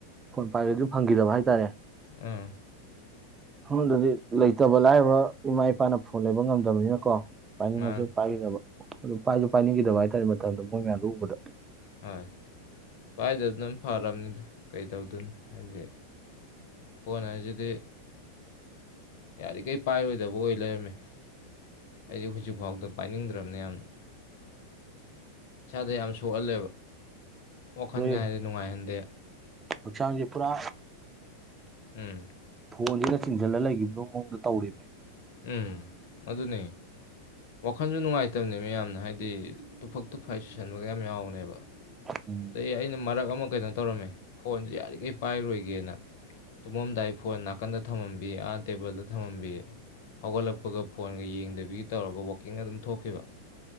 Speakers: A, on the right; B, on the left.
A: ꯐꯣꯟ ꯄꯥꯏꯈꯦꯗꯨ ꯐꯪꯈꯤꯗꯕ ꯍꯥꯏꯇꯥꯔꯦ
B: ꯎꯝ
A: ꯍꯪꯗꯗꯤ ꯂꯩꯇꯕ ꯂꯥꯏꯔꯕ ꯏꯃꯥ ꯏꯄꯥꯅ ꯐꯣꯟ ꯂꯩꯕ ꯉꯝꯗꯕꯅꯤꯅꯀꯣ ꯄꯥꯏꯅꯤꯡꯉꯁꯨ
B: ꯃꯥꯅꯤ
A: ꯄꯥꯏꯈꯤꯗꯕ ꯑꯗꯨ ꯄꯥꯏꯁꯨ ꯄꯥꯏꯅꯤꯡꯈꯤꯗꯕ ꯍꯥꯏꯇꯥꯔꯦ ꯃꯇꯝꯗ ꯃꯣꯏ ꯃꯌꯥꯝꯗꯨ ꯎꯕꯗ
B: ꯍꯣꯏ ꯄꯥꯏꯗꯅꯝ ꯐꯔꯕꯅꯤꯗ ꯀꯩꯗꯧꯗꯣꯏꯅꯣ ꯍꯥꯏꯗꯤ ꯐꯣꯟ ꯍꯥꯏꯁꯤꯗꯤ ꯌꯥꯔꯤꯈꫭꯏ ꯄꯥꯏꯔꯣꯏꯗꯕ ꯑꯣꯏ ꯂꯩꯔꯝꯃꯤ ꯑꯩꯗꯤ ꯍꯧꯖꯤꯛꯐꯥꯎꯗ ꯄꯥꯏꯅꯤꯡꯗ꯭ꯔꯕꯅꯤ ꯌꯥꯝꯅ ꯏꯁꯥꯗ ꯌꯥꯝ ꯁꯣꯛꯍꯜꯂꯦꯕ ꯋꯥꯈꯜ
A: ꯍꯣꯏ
B: ꯍꯥꯏꯗꯤ ꯅꯨꯡꯉꯥꯏꯍꯟꯗꯦ
A: ꯍꯛꯆꯥꯡꯁꯦ ꯄꯨꯔꯥ
B: ꯎꯝ
A: ꯐꯣꯟꯁꯤꯗ ꯆꯤꯡꯁꯤꯜꯂ ꯂꯩꯈꯤꯕꯗꯨ ꯃꯑꯣꯡꯗ ꯇꯧꯔꯦꯅꯦ
B: ꯎꯝ ꯑꯗꯨꯅꯤ ꯋꯥꯈꯟꯁꯨ ꯅꯨꯡꯉꯥꯏꯇꯕꯅꯦ ꯃꯦ ꯌꯥꯝꯅ ꯍꯥꯏꯗꯤ ꯇꯨꯐꯛ ꯇꯨꯐꯥꯏꯁꯨ ꯁꯟꯕꯒ ꯌꯥꯝ ꯌꯥꯎꯕꯅꯦꯕ
A: ꯎꯝ
B: ꯑꯗꯩ ꯑꯩꯅ ꯃꯔꯛ ꯑꯃ ꯀꯩꯅꯣ ꯇꯧꯔꯝꯃꯦ ꯐꯣꯟꯁꯦ ꯌꯥꯔꯤꯈꯩ ꯄꯥꯏꯔꯣꯏꯒꯦꯅ ꯇꯨꯝꯃꯝꯗꯥꯏ ꯐꯣꯟ ꯅꯥꯀꯟꯗ ꯊꯝꯃꯝꯕꯤ ꯑꯥ ꯇꯦꯕꯜꯗ ꯊꯝꯃꯝꯕꯤ ꯍꯧꯒꯠꯂꯛꯄꯒ ꯐꯣꯟꯒ ꯌꯦꯡꯗꯕꯤꯒ ꯇꯧꯔꯒ ꯋꯥꯛꯀꯤꯡ ꯑꯗꯨꯝ ꯊꯣꯛꯈꯤꯕ